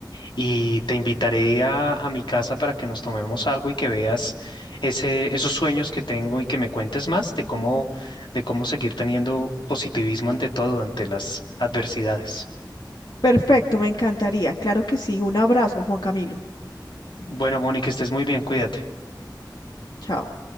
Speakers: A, on the left; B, on the left.
A: y te invitaré a, a mi casa para que nos tomemos algo y que veas ese, esos sueños que tengo y que me cuentes más de cómo, de cómo seguir teniendo positivismo ante todo, ante las adversidades.
B: Perfecto, me encantaría. Claro que sí. Un abrazo, Juan Camilo.
A: Bueno, Mónica, estés muy bien, cuídate.
B: Chao.